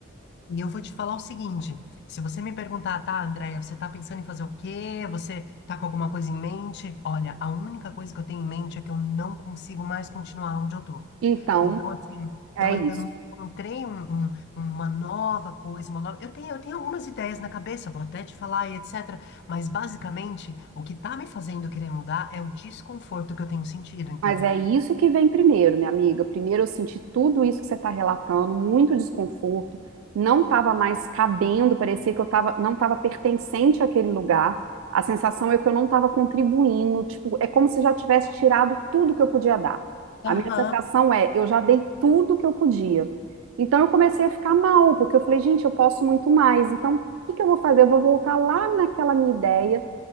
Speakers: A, on the left; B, on the right.
A: E eu vou te falar o seguinte: se você me perguntar, tá, Andréia, você tá pensando em fazer o quê? Você tá com alguma coisa em mente? Olha, a única coisa que eu tenho em mente é que eu não consigo mais continuar onde eu tô.
B: Então,
A: Então, assim,
B: é
A: eu ainda
B: isso.
A: não encontrei um- um- uma nova coisa, uma nova. Eu tenho, eu tenho algumas ideias na cabeça, vou até te falar e etc. Mas, basicamente, o que tá me fazendo querer mudar é o desconforto que eu tenho sentido, entendeu?
B: Mas é isso que vem primeiro, minha amiga. Primeiro eu senti tudo isso que você está relatando, muito desconforto, não estava mais cabendo, parecia que eu tava, não estava pertencente àquele lugar. A sensação é que eu não estava contribuindo, tipo, é como se já tivesse tirado tudo que eu podia dar.
A: Aham.
B: A minha sensação é, eu já dei tudo que eu podia. Então eu comecei a ficar mal, porque eu falei, gente, eu posso muito mais. Então, o que que eu vou fazer? Eu vou voltar lá naquela minha ideia